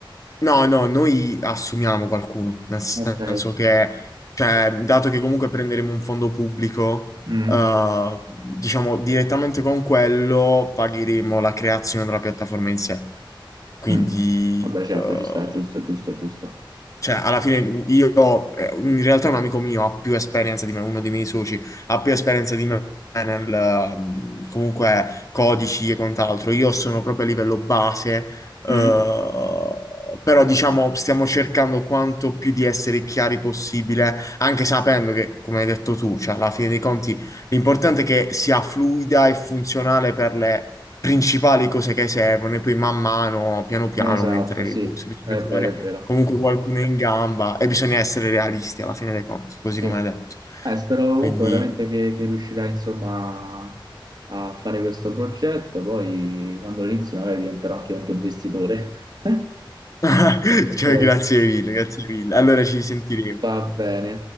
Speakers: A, on the left; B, on the right.
A: No, no, noi assumiamo qualcuno, nel senso
B: Ok.
A: che, cioè, dato che comunque prenderemo un fondo pubblico,
B: Mm.
A: eh, diciamo direttamente con quello pagheremo la creazione della piattaforma in sé. Quindi,
B: Mm. Vabbè certo,
A: eh,
B: ci sta, giusto, giusto, giusto.
A: cioè, alla fine io, eh, in realtà un amico mio ha più esperienza di me, uno dei miei soci, ha più esperienza di me nel, ehm, comunque, codici e quant'altro. Io sono proprio a livello base, eh,
B: Mm.
A: però diciamo stiamo cercando quanto più di essere chiari possibile, anche sapendo che, come hai detto tu, cioè, alla fine dei conti l'importante è che sia fluida e funzionale per le principali cose che servono e poi man mano, piano piano,
B: Esatto,
A: aumentare le
B: sì,
A: cose. Bisogna
B: è
A: trovare
B: vero, è vero.
A: comunque qualcuno è in gamba e bisogna essere realisti alla fine dei conti, così
B: Sì.
A: come hai detto.
B: Eh, spero
A: Quindi,
B: comunque veramente che, che riuscirai insomma a fare questo progetto, poi quando lo inizi magari diventerò anche un tuo investitore. <laughs>
A: <laughs>
B: Ok,
A: cioè, grazie mille, grazie mille. Allora ci sentiremo.
B: va bene.